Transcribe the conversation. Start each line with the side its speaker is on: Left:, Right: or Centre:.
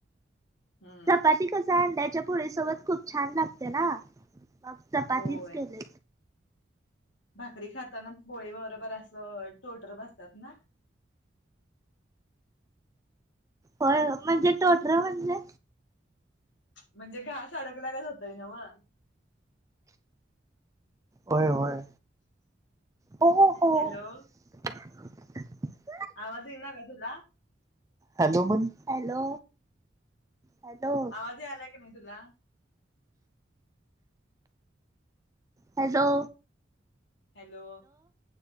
Left: हम्म
Right: चपाती कसं चा अंड्याच्या पुोळीसोबत खूप छान लागते ना मग चपातीच
Left: होय
Right: केले.
Left: भाकरी खाताना बोळी वगरे बरं असं टोटर बसतात ना.
Right: होय म्हणजे टोठरा म्हणजे
Left: म्हणजे घास अडगलाग होतय ना वा.
Right: होय होय. हो हो.
Left: हॅलो.
Right: <inaudible>
Left: आवाज येईना का तुला?
Right: हॅलो म्हण हॅलो. हॅलो
Left: आवाज यायलय की नाही तुला?
Right: हॅलो.
Left: हॅलो